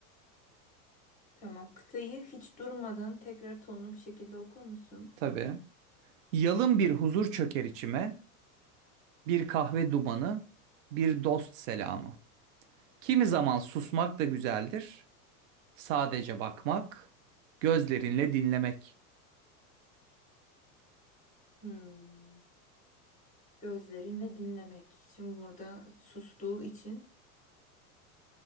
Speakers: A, on the left (about 15°); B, on the right (about 55°).
A: Tamam. Kıtayı hiç durmadan tekrar tonlu bir şekilde okur musun?
B: Tabii. Yalın bir huzur çöker içime. Bir kahve dumanı, bir dost selamı. Kimi zaman susmak da güzeldir. Sadece bakmak, gözlerinle dinlemek.
A: Hmm. Gözlerinle dinlemek. Şimdi burada sustuğu için